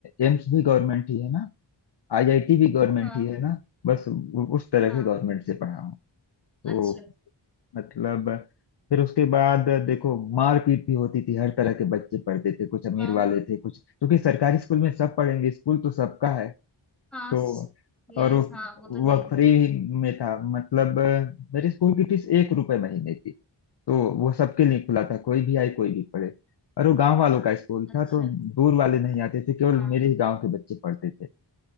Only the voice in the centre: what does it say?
हाँ
हाँ
अच्छा
हाँ
हाँ
यस
हाँ वो तो
है ही
अच्छा
हाँ